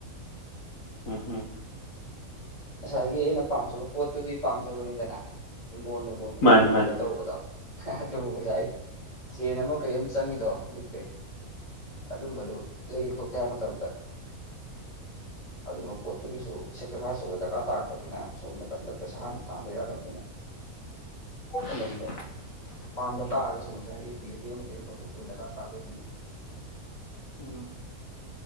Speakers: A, on the left (about 65°); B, on the left (about 30°).
A: ꯎꯝ ꯍꯝ
B: ꯉꯁꯥꯏꯒꯤ ꯑꯩꯅ ꯄꯥꯝꯖꯕ ꯄꯣꯠꯇꯨꯗꯤ ꯄꯥꯝꯖꯕꯅꯤꯗꯅ ꯍꯤꯡꯒꯣꯜ ꯅꯨꯡꯒꯣꯜ ꯈꯣꯏꯗ
A: ꯃꯥꯅꯤ
B: ꯈꯣꯠꯇ
A: ꯃꯥꯅꯤ
B: ꯇꯧꯕꯗꯣ ꯑꯗꯨꯕꯨ ꯑꯣꯖꯥ ꯁꯦꯟ ꯑꯃ ꯀꯩꯝ ꯆꯪꯉꯤꯗꯣ ꯍꯧꯖꯤꯛꯇꯤ ꯑꯗꯨꯝꯕꯗꯨ ꯂꯩꯒꯦ ꯈꯣꯠꯀꯦ ꯍꯥꯏꯕ ꯃꯇꯝꯗ ꯑꯗꯨꯝꯕ ꯄꯣꯠꯇꯨꯒꯤꯁꯨ ꯄꯦꯕꯥꯥꯆꯧꯕ ꯗꯔꯀꯥꯔ ꯇꯥꯔꯛꯄꯅꯤꯅ ꯁꯣꯝ ꯅꯀꯟꯗ ꯄꯩꯁꯥ ꯍꯥꯟꯅ ꯇꯥꯟꯕ ꯌꯥꯗꯕꯅꯤꯅ ꯐꯣꯀꯁꯇꯣ
A: ꯎꯝ
B: ꯄꯥꯝꯗꯕ ꯇꯥꯔꯒꯁꯨ ꯉꯁꯥꯏꯒꯤ ꯄꯤ ꯍꯩꯁ ꯗꯤ ꯑꯃ ꯀꯩ ꯑꯃꯇꯧ ꯇꯧꯕꯒꯤ ꯗꯔꯀꯥꯔ ꯇꯥꯗꯣꯏꯅꯤꯅꯦ
A: ꯎꯝ